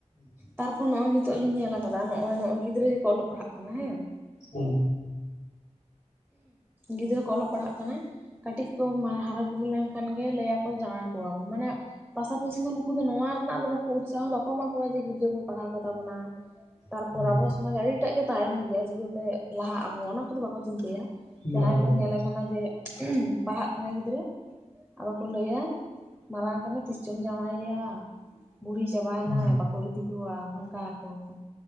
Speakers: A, in the centre; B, on the left (about 70°).
A: ᱛᱟᱨᱯ ᱱᱚᱜᱼᱚᱭ ᱱᱤᱛᱚᱜ ᱞᱤᱧ ᱧᱮᱞ ᱟᱠᱟᱫᱟ ᱱᱚᱜᱼᱚᱭ ᱱᱚᱜ-ᱚᱭ ᱜᱤᱫᱽᱨᱟᱹ ᱜᱮᱠᱚ ᱚᱞᱚᱜ ᱯᱟᱲᱦᱟᱜ ᱠᱟᱱᱟ ᱦᱮᱸ ᱾
B: ᱦᱩᱸ ᱾
A: ᱜᱤᱫᱽᱨᱟᱹ ᱠᱚ ᱚᱞᱚᱜ ᱯᱟᱲᱦᱟᱜ ᱠᱟᱱᱟ ᱠᱟᱹᱴᱤᱡ ᱠᱚ ᱢᱟ ᱦᱟᱨᱟ ᱵᱩᱨᱩ ᱞᱮᱱᱠᱷᱟᱱ ᱜᱮ ᱞᱟᱹᱭᱟ ᱠᱚ ᱡᱟᱶᱟᱭ ᱠᱚᱣᱟ ᱵᱚ ᱢᱟᱱᱮ ᱯᱟᱥᱟᱯᱟᱥᱤ ᱠᱷᱚᱱ ᱱᱩᱠᱩ ᱫᱚ ᱱᱚᱣᱟ ᱨᱮᱱᱟᱜ ᱫᱚ ᱵᱟᱠᱚ ᱩᱛᱥᱟᱦᱚ ᱵᱟᱠᱚ ᱮᱢᱟ ᱠᱚᱣᱟ ᱡᱮ ᱜᱤᱫᱽᱨᱟᱹ ᱵᱚᱱ ᱯᱟᱲᱦᱟᱣ ᱠᱚᱛᱟ ᱵᱚᱱᱟ ᱾ ᱛᱟᱨᱯᱚᱨ
B: ᱦᱩᱸ
A: ᱟᱵᱚ ᱥᱚᱢᱟᱡᱽ ᱟᱹᱰᱤ ᱴᱟᱜ ᱜᱮ ᱛᱟᱭᱚᱢ ᱜᱮᱭᱟ ᱪᱤᱠᱟᱹ ᱛᱮ ᱞᱟᱦᱟᱜ ᱟᱵᱚ ᱚᱱᱟ ᱠᱚᱫᱚ ᱵᱟᱠᱚ ᱪᱤᱱᱛᱟᱹᱭᱟ ᱾
B: ᱵᱟ
A: ᱡᱟᱦᱟᱭ
B: ᱵᱟ
A: ᱠᱚ ᱧᱮᱞᱮ ᱠᱟᱱᱟ ᱡᱮ ᱯᱟᱲᱦᱟᱜ ᱠᱟᱱᱟᱭ ᱜᱤᱫᱽᱨᱟᱹ ᱟᱫᱚ ᱠᱚ ᱞᱟᱹᱭᱟ ᱢᱟᱨᱟᱝ ᱠᱟᱱᱟ ᱛᱤᱥ ᱪᱚᱢ ᱡᱟᱶᱟᱭᱮᱭᱟ ᱵᱩᱲᱦᱤ ᱪᱟᱵᱟᱭᱱᱟᱭ
B: ᱵᱟ
A: ᱵᱟᱠᱚ ᱤᱫᱤ ᱠᱚᱣᱟ ᱦᱟᱱᱠᱟᱣᱟ ᱠᱚᱣᱟ ᱠᱚ